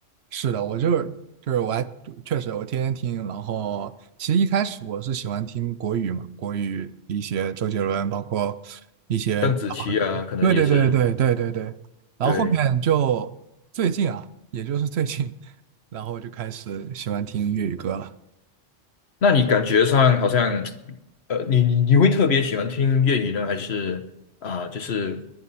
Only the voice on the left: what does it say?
邓紫棋啊，可能也是。
对，
那你感觉上好像，呃，你你你会特别喜欢听粤语呢，还是啊、就是